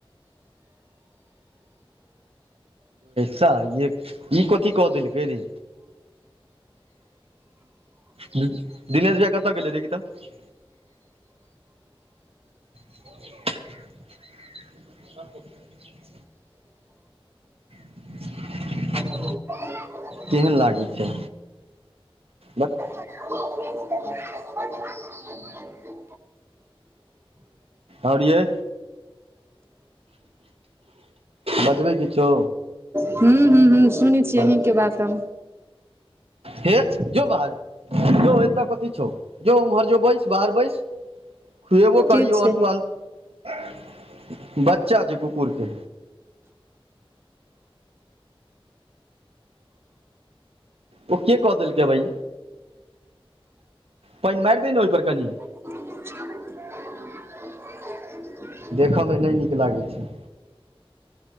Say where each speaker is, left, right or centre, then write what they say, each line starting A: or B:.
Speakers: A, on the right; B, on the right.
A: सा ई कथी कह देलके रे दिनेश भैया कतऽ गेले देकहि तऽ <unintelligible> <unintelligible> <unintelligible>
B: ह <unintelligible>
A: केहन लागै छै बस।
B: <unintelligible>
A: और ये बजबै किछो
B: हू हू हू सुनै छियै
A: बस
B: अहींके बात हम
A: हे जो बाहर जो ए तऽ कथी छौ जो उमहर जो बैस बाहर बैस खुएबो करियौ
B: के छै
A: आओर तू अन्त बच्चा छै कुकुर के ओ के कऽ देलकै भई पानि मारि दहि ने ओहि पर कनि
B: <unintelligible>
A: देखऽमे नहि नीक लागै छै